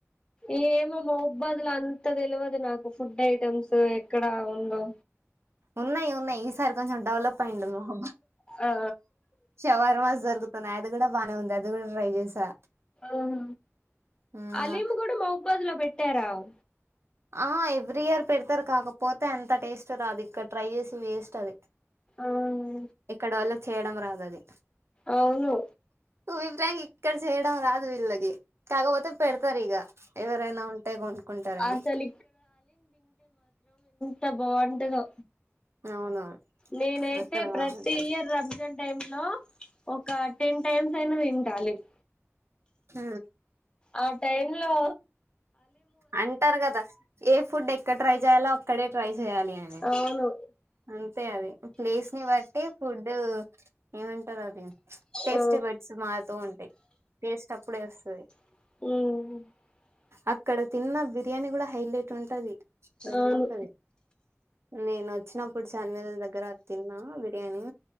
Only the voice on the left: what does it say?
ఏమో మోబతుల అంత తెలువదు నాకు ఫుడ్ ఐటమ్స్ ఎక్కడ ఉందో
ఆ
అం
అలీం కూడా మౌబదులో పెట్ టేరావ్
ఔను
అవును
అసలు త బావుంటదో
నేనైతే
ప్రతి
ఇయర్ రంజాన్ టైంలో ఒక టెన్ టైమ్స్ అయినా తింటా అలీమ్
ఆ టైమ్లో
అవును
ఆ
మ్
అవును